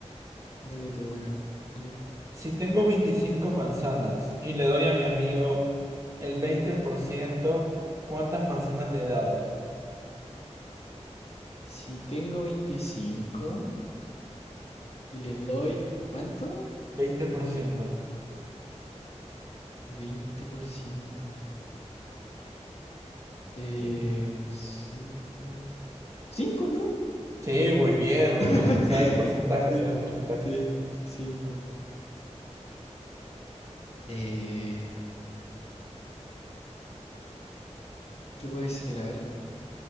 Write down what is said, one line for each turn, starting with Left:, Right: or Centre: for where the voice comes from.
Left: Dale tú una. A ver.
Right: Si tengo 25 manzanas y le doy a mi amigo el veinte por ciento ¿cuántas manzanas le he dado?
Left: Si tengo 25 y le doy, ¿cuánto?
Right: veinte por ciento
Left: veinte por ciento Eh,
Right: Sí.
Left: cinco cinco ¿no?
Right: Sí, muy bien, muy
Left: <laughs>
Right: bien. Sabes porcentajes,
Left: Sí,
Right: sabes porcentajes.
Left: sí, cinco Eh, ¿qué puede ser? A ver,